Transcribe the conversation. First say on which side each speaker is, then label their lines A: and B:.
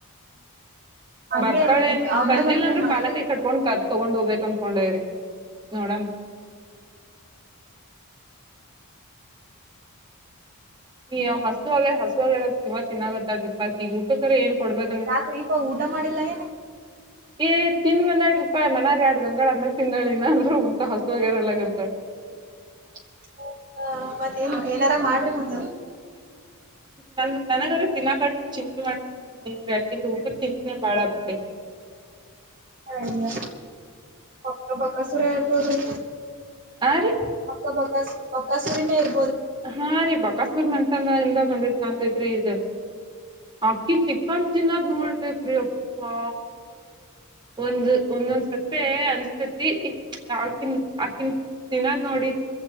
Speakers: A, on the right (about 40°); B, on the right (about 20°).
A: ಹಂಗೆ
B: ಬರ್ತಾಳೆನ
A: ಈಗ ಆ ಕಡೆ
B: ಬಂದಿಲ್ಲ
A: ಬಂದಂಗ
B: ಅಂದ್ರು ಕಾಲ ಕೈ ಕಟ್ಕೊಂಡ್ ಕ ತಗೊಂಡ್ ಹೋಗ್ಬೇಕನ್ ಕೋಂಡೇವ್ರಿ ನೋಡಮ್ ಏಯ್ ಹಸುವಾಗ್ಯಾದ ಹಸುವಾಗ್ಯಾದಂತ ಜೀವ ತಿನ್ನಾಕತ್ಯಾಳರಿಪ್ಪ ಆಕಿಗಿ ಊಟಕ್ರ ಏನ್ ಕೊಡ್ಬೇಕನು
A: ಯಾಕ್ರೀಪಾ ಊಟ ಮಾಡಿಲ್ಲ ಏನ
B: ಏ ತಿಂದಬಂದಾಳ ರಿಪ ಮನಾರ್ ಆ್ಯಡ್ ಗಂಗಾಳ ಅನ್ನ ತಿಂದಾಳ ಇನ್ನಾದ್ರು ಊಟ ಹಸುವಾಗದಲಾಗ್ಯತ.
A: <unintelligible> ಮತ್ತೇನ್ ಏನಾರ ಮಾಡ್ರಿ ಮತ್ತ.
B: ನ ನನಗರ ತಿನ್ನಾಕಟ್ಟ ಚಿಂತೆ ಮಾಡ್ತೇನ್ರಿ ಇಲ್ ಆಕಿಂದು ಊಟದ ಚಿಂತಿನೇ ಬಾಳ ಆಗಿ ಬಿಟ್ಟೆತ್.
A: ಹಯ್ಯ ಪಕ್ಕ ಬಕಾಸುರೆ ನೊಡ್ರಿ
B: ಹಾ ರೀ
A: ಪಕ್ಕ ಬಕಾಸು ಬಕಾಸುರಿನೇ ಇರ್
B: ಹಾ ರೀ ಬಕಾಸೂರ್ ಮನೆತನದಿಂದ ಬಂದಿದ್ ಕಾಣ್ತೈತ್ರಿ ಇದು ಆಕಿ ಚಿಕನ್ ತಿನ್ನದ್ ನೋಡಬೇಕ್ರಿ ಎಪ್ಪಾ ಒಂದು ಒಂದೊಂದು ಸತಿ ಅನ್ಸತೈತಿ ಅಕಿನ್ ಅಕಿ ತಿನ್ನೋದ್ ನೋಡಿ